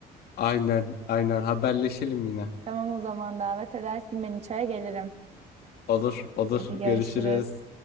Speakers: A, on the left (about 65°); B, on the right (about 40°).
A: Aynen aynen haberleşelim yine.
B: Tamam o zaman davet edersin beni çaya gelirim.
A: Olur olur
B: Hadi
A: görüşürüz.
B: görüşürüz.